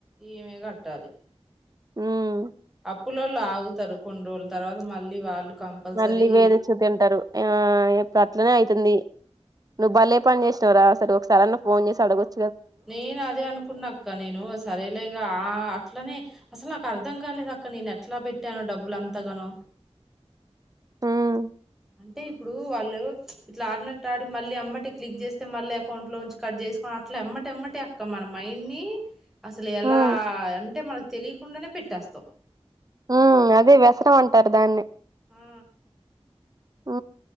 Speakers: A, in the centre; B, on the right.
A: ఈమె కట్టాలీ
B: ఉమ్
A: అప్పులోళ్ళు ఆగుతారు కొన్ని రోజులు తర్వాత మళ్ళీ వాళ్ళు కంపల్సరీ
B: మళ్ళీ వేల్చు తింటారు ఆ ఇప్పుడు అట్లనే అయితుంది నువ్వు భలే పని చేసినవ రాా సర ఒకసారిా నువ్ ఫోన్ చేసి అడగొచ్
A: నేను అదే అనుకున్నాక్క నేను సరేలేగా ఆ అట్లనే అసలు నాకు అర్ధం కాలేదు అక్క నేను ఎట్లా పెట్టాను డబ్బులు అంత గనో
B: ఉమ్
A: అంటే ఇప్పుడు వాళ్ళు ఇట్లా ఆడినట్టు ఆడి మళ్ళీ అమ్మటి క్లిక్ చేస్తే మళ్ళీ అకౌంట్ లోంచి కట్ చే చేసి అట్లా ఎమ్మటెమ్మటె అక్క మన మైండ్ ని అసలు ఎలా
B: ఉమ్
A: అంటే మనకు తెలియకుండానే పెట్టేస్తాం
B: ఉ అదే వ్యసనం అంటారు దాన్ని
A: ఆ
B: ఊ